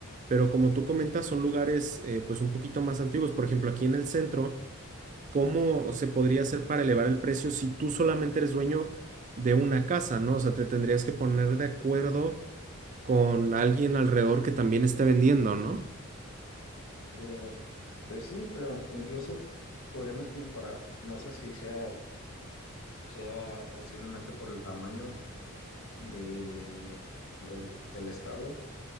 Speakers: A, on the right; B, on the left.
A: pero como tú comentas, son lugares eh, pues un poquito más antiguos. Por ejemplo, aquí en el centro. ¿cómo se podría hacer para elevar el precio si tú solamente eres dueño de una casa, ¿no? O sea, te tendrías que poner de acuerdo con alguien alrededor que también esté vendiendo, ¿no?
B: Eh, pues sí, pero incluso podríamos comparar, no sé si sea, sea posiblemente por el tamaño de, del, del estado,